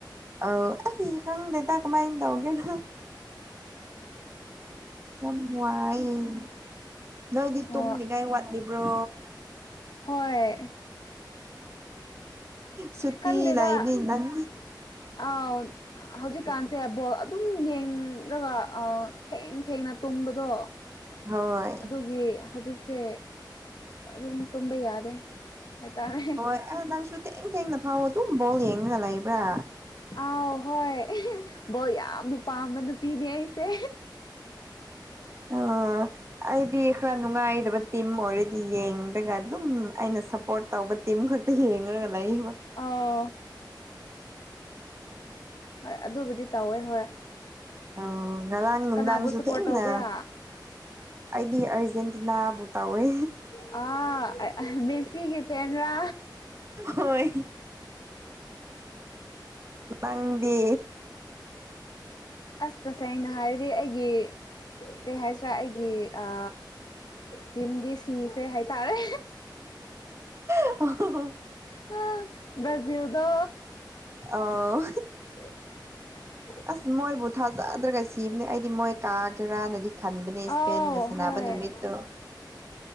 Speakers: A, on the right (about 35°); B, on the left (about 60°).
A: ꯑꯧ ꯑꯩ ꯈꯪꯗꯦꯗ ꯀꯃꯥꯏꯟ ꯇꯧꯗꯣꯏꯅꯣ ꯌꯥꯝ ꯋꯥꯏꯌꯦꯅꯦ ꯅꯣꯏꯗꯤ ꯇꯨꯝꯅꯤꯡꯉꯥꯏ
B: ꯑꯣ
A: ꯋꯥꯠꯂꯤꯕ꯭ꯔꯣ
B: ꯍꯣꯏ
A: ꯁꯨꯇꯤ
B: ꯈꯪꯗꯦꯗ
A: ꯂꯩꯕꯅꯤ ꯅꯪ
B: ꯑꯥꯎ ꯍꯧꯖꯤꯛꯀꯥꯟꯁꯦ ꯕꯣꯜ ꯑꯗꯨꯝ ꯌꯦꯡꯔꯒ ꯑꯥ ꯊꯦꯡ ꯊꯦꯡꯅ ꯇꯨꯝꯕꯗꯣ
A: ꯍꯣꯏ
B: ꯑꯗꯨꯒꯤ ꯍꯧꯖꯤꯛꯁꯦ ꯑꯗꯨꯝ ꯇꯨꯝꯕ ꯌꯥꯗꯦ ꯍꯥꯏꯇꯥꯔꯦ
A: ꯍꯣꯏ ꯑꯥ ꯅꯪꯁꯨ ꯊꯦꯡ ꯊꯦꯡꯅ ꯐꯥꯎ ꯑꯗꯨꯝ ꯕꯣꯜ ꯌꯦꯡꯔ ꯂꯩꯕ꯭ꯔꯥ
B: ꯑꯥꯎ ꯍꯣꯏ ꯕꯣꯜ ꯌꯥꯝꯅ ꯄꯥꯝꯕ ꯅꯨꯄꯤꯅꯦ ꯑꯩꯁꯦ
A: ꯑꯣ ꯑꯩꯗꯤ ꯈꯔ ꯅꯨꯡꯉꯥꯏꯗꯕ ꯇꯤꯝ ꯑꯣꯏꯔꯗꯤ ꯌꯦꯡꯗ꯭ꯔꯒ ꯑꯗꯨꯝ ꯑꯩꯅ ꯁꯞꯄꯣꯔꯠ ꯇꯧꯕ ꯇꯤꯝ ꯈꯛꯇ ꯌꯦꯡꯔꯒ ꯂꯩꯏꯕꯣ
B: ꯑ ꯍꯣꯏ ꯑꯗꯨꯕꯨꯗꯤ ꯇꯧꯋꯦ ꯍꯣꯏ
A: ꯑꯣ ꯉꯔꯥꯡ ꯅꯨꯡꯗꯥꯡꯁꯨ
B: ꯀꯅꯥꯕꯨ ꯁꯞꯄꯣꯔꯠ
A: ꯊꯦꯡꯅ
B: ꯇꯧꯕ꯭ꯔꯥ
A: ꯑꯩꯗꯤ ꯑꯔꯖꯦꯟꯇꯤꯅꯥꯕꯨ ꯇꯧꯋꯦ
B: ꯑꯥ ꯑꯦ ꯑꯦ ꯃꯦꯁ ꯁꯤꯒꯤ ꯐꯦꯟꯔꯥ
A: ꯍꯣꯏ ꯅꯪꯗꯤ
B: ꯑꯁ ꯇꯁꯦꯡꯅ ꯍꯥꯏꯔꯗꯤ ꯑꯩꯒꯤ ꯀꯩ ꯍꯥꯏꯁꯤꯔꯥ ꯑꯩꯒꯤ ꯑ ꯇꯤꯝꯗꯤ ꯁꯤꯈ꯭ꯔꯦ ꯍꯥꯏꯇꯥꯔꯦ
A: ꯑꯧ
B: ꯑ ꯕ꯭ꯔꯥꯖꯤꯜꯗꯣ
A: ꯑꯥꯎ
B: <unintelligible>
A: ꯑꯁ ꯃꯣꯏꯕꯨ ꯊꯥꯖꯗ꯭ꯔꯒ ꯁꯤꯕꯅꯦ ꯑꯩꯗꯤ ꯃꯣꯏ ꯀꯥꯒꯦꯔꯥꯅꯗꯤ ꯈꯟꯕꯅꯦ
B: ꯑꯥꯎ
A: ꯄꯦꯟꯒ ꯁꯅꯥꯅꯕ
B: ꯍꯣꯏ
A: ꯅꯨꯃꯤꯠꯇꯣ
B: <inaudible>